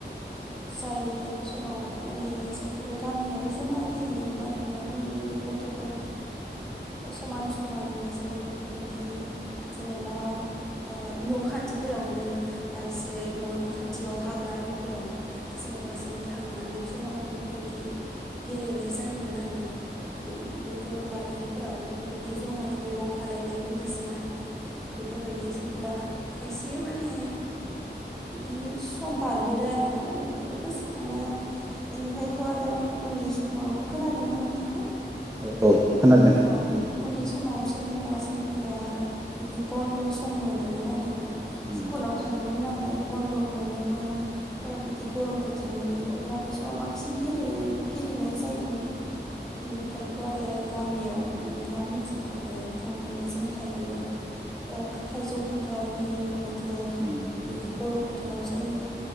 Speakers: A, in the centre; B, on the right.
A: जाय समाव माने जोंफोरो गामियाव जमा गेलेयोमोन आरोना उन्दै उन्दै गथफोर। समान समान जों बेफोरबायदि जेनेबा ओ न खाथिफोरावनो बा एसे ननि खाथियाव हाग्रा आरिफोराव जेनेबा जों थांनानै जमा बेफोरबायदि गेलेनाय जायोमोन आरो फाय मैगं बारि फोराव बेफोरबायदि जमायै मेगं खालायनाय बायदिसिना बेफोरबायदि जोंफोरा खायसे माने बिदि सम बारबोदो आरोना बेफोरखौ गोसोखाङो बेनिफ्रायथ आरो उन्दै समाव खोनादोंना नोंथाङा?
B: औ औ। खोनादों
A: औ
B: बुं
A: उन्दै समाव जेनेबा बा जोंफोरा बिदि बन्द सम मोनोमोन आरोना
B: उम
A: स्कुलाव थाङोमोन नालाय बन्द मोनोमोन बिदि गरम बोथोरनि अब्ला बे समाव बांसिन गेले-गेलेनाय जायोमोन बेनिफ्रायथ आरो गामियाव नोंथाङा मिथिखागोन गामियावनो जों थायो ओ थाइजौ खान्थालनि बोथोर
B: उम
A: बिदि गरम बोथोराव जायो